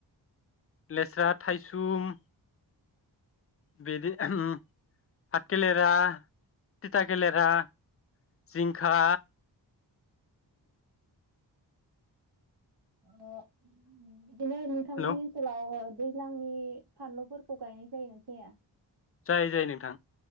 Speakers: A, on the left (about 30°); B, on the right (about 60°).
A: लेस्रा थाइसुम बिदि भाथखेलेरा थिथा खेलेरा जिंखा
B: ओ बिदिनो नोंथांमोननि
A: हेलौ
B: ओनसोलाव दैज्लांनि फानलुफोरखौ गायनाय जायो ना जाया?
A: जायो जायो नोंथां